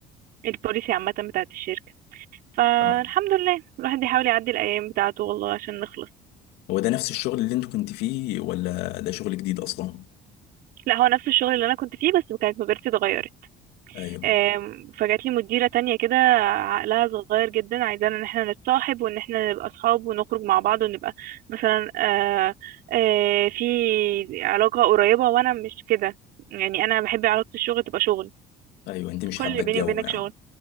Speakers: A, on the right; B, on the left.
A: البوليسي عامة بتاعت الشركة فالحمد
B: اه
A: لله الواحد بيحاول يعدي الايام بتاعته والله عشان نخلص
B: هو ده نفس الشغل اللي انت كنت فيه ولا ده شغل جديد اصلا؟
A: لا هو نفس الشغل اللي انا كنت فيه بس كانت مديرتي اتغيرت
B: ايوه
A: آم، فجات لي مديرة تانية كده عقلها صغير جدا عايزانا ان احنا نتصاحب وان احنا نبقى اصحاب ونخرج مع بعض ونبقى مثلا آه، آه، في علاقة قريبة وانا مش كده يعني انا بحب علاقة الشغل تبقى شغل
B: ايوه انت مش
A: كل
B: حابة
A: اللي بيني
B: الجو
A: وبينك
B: يعني
A: شغل